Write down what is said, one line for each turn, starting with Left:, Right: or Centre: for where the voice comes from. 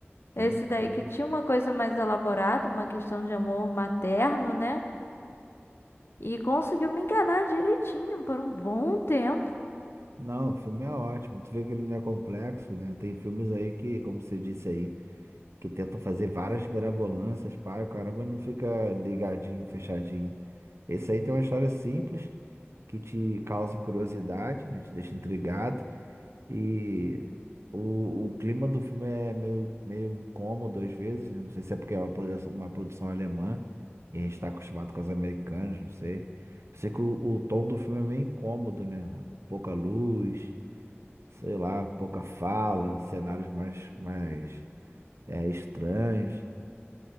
Right: sim,
Left: Esse daí
Right: sim.
Left: que tinha uma coisa mais elaborada, uma questão de amor materno, né? E conseguiu me enganar direitinho por um bom tempo.
Right: Não, o filme é ótimo. Tu vê que ele não é complexo, né? Tem filmes aí que, como você disse aí, que tentam fazer várias mirabolâncias, pai, o caramba não fica ligadinho, fechadinho. Esse aí tem uma história simples que te causa curiosidade, né? Te deixa intrigado. E o, o clima do filme é meio, meio incômodo às vezes, né? Não sei se é porque é uma produção, uma produção alemã e a gente está acostumado com as americanas, não sei. Sei que o, o tom do filme é meio incômodo, né? Pouca luz sei lá, pouca fala, cenários mais, mais é, estranhos.